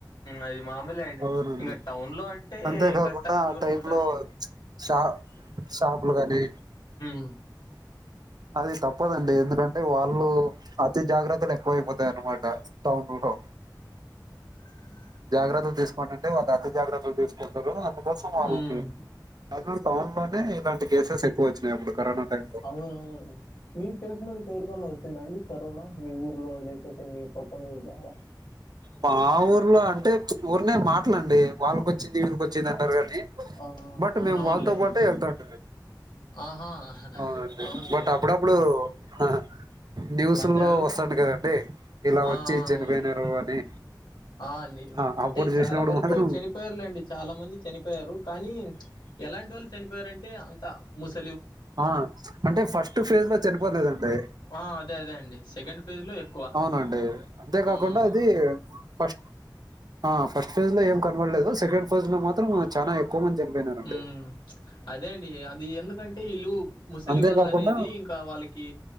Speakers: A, on the left; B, on the right.
A: అది మామూలే అండి
B: అవునండి
A: ఇంక టౌన్ లో అంటే
B: అంతేకాకుండా
A: ఖచ్చితంగా దూరం
B: టైంలో
A: ఉండాల్సిందే
B: షా షాపులు కానీ
A: అ
B: అది తప్పదండి ఎందుకంటే వాళ్ళు అతి జాగ్రత్తలు ఎక్కువపోతే తే అనమాట టౌన్ లో
A: ఆ
B: జాగ్రత్తలు తీసుకోండి అంటే వాళ్ళ అతి జాగ్రత్తలు తీసుకుంటారు కోసం ఆగుద్ది
A: హ్మ్
B: అడ్డరోడ్ టౌన్ లోనే ఇలాంటి కేసెస్ ఎక్కువ వచ్చినాయి అప్పుడు కరోనా టైమ్ లో
A: అవును మీకు తెలిసినోళ్ళకి ఎవరికి ఫ్లోలో వచ్చిందండి కరోనా మీ ఊర్లో లేకపోతే మీ <unintelligible>
B: మా ఊర్లో అంటే ఊరినే మాటలు అండి వాళ్లకొచ్ చ్చి ఈగల్ కి వచ్చింది అన్నారు కానీ
A: ఆ
B: బట్
A: అవునవునులేండి
B: మేము వాళ్ళతో పాటే వెళ్తా ఉం
A: ఆహా
B: అవునండి
A: అవునులేండి
B: బట్ అప్పుడప్పుడు ఆహా న్యూస్
A: మన జాగ్రత్త
B: లో వస్తాండు కదండి ఇలా
A: ఆ
B: వచ్చి
A: ఆ
B: చనిపోయినారు
A: అవునులేండి
B: అని
A: ఆ నీ నీ
B: ఆ
A: అంటే
B: అప్పుడు చూసినప్పుడు
A: చాలా వరకు
B: మాత్రం
A: చనిపోయారులేండి చాలా మంది చనిపోయారు కానీ ఎలాంటోళ్లు చనిపోయారంటే అంత ముస
B: ఆ అంటే ఫస్ట్ ఫేజ్ లో చనిపోనదండి
A: ఆ అదే అదే అండి సెకండ్ ఫేజ్ లో ఎక్కువ
B: అవునండి అంతేకాకుండా
A: ఉమ్
B: అది ఫస్ట్ ఆ ఫస్ట్ ఫేజ్ లో ఏం కనపడలేదు సెకండ్ ఫేజ్ లో మాత్రం చాలా ఎక్కువ మంది చనిపోయినారండి
A: ఉమ్ అదేండి అది ఎందుకు కంటే ఇల్లు ముసలివాళ్ళు
B: అంతేకాకుండా
A: అనేది ఇంకా వాళ్ళకి